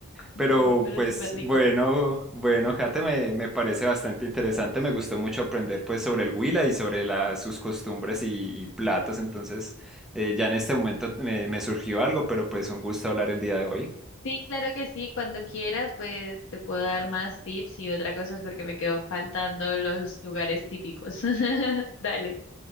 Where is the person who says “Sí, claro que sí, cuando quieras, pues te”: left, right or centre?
Left